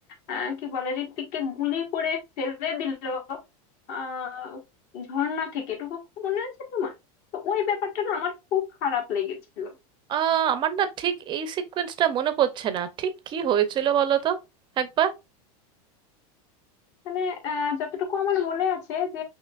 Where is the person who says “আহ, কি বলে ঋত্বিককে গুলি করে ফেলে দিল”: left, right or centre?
Left